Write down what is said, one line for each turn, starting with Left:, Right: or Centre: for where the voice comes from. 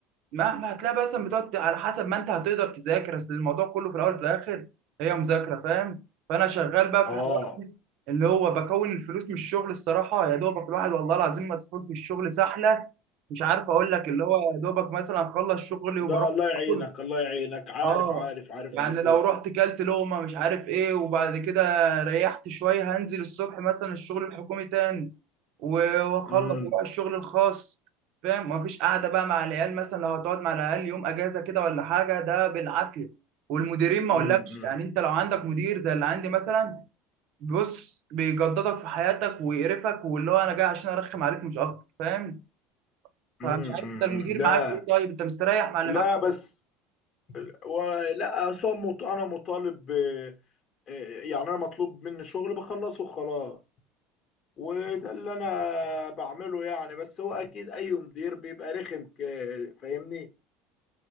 Right: مهما هتلاقي بقى مثلا بتقعد على حسب ما انت هتقدر تذاكر اصل الموضوع كله في الاول وفي الاخر هي مذاكره فاهم فانا شغال بقى
Left: اه
Right: في حوار اللي هو بكون الفلوس من الشغل الصراحه يا دوبك الواحد والله العظيم مسحول في الشغل سحله مش عارف اقول لك اللي هو يا دوبك مثلا اخلص شغلي
Left: لا
Right: وبروح
Left: الله يعينك
Right: اكل
Left: الله يعينك عارف
Right: اه
Left: عارف عارف
Right: يعني
Left: مجهود
Right: لو رحت كلت لقمة مش عارف ايه وبعد كده ريحت شوية هنزل الصبح مثلا الشغل الحكومي تاني و- واخلص
Left: امم
Right: واروح الشغل الخاص فاهم مفيش قعدة بقى مع العيال مثلا لو هتقعد مع العيال يوم اجازة كده ولا حاجة ده بالعافية والمديرين ما اقولكش
Left: امم
Right: يعني انت لو عندك مدير زي اللي عندي مثلا بص بيجددك في حياتك ويقرفك واللي هو انا جاي عشان ارخم عليك مش اكتر فاهم
Left: امم
Right: فمش عارف انت المدير
Left: لا
Right: معاك ايه طيب انت مستريح مع اللي
Left: لا
Right: معاك
Left: بس ولا أصلاً مط- انا مطالب ب- آه، يعني انا مطلوب مني شغل بخلصه خلاص وده اللي انا بعمله يعني بس هو اكيد اي مدير بيبقى رخم ك- فاهمني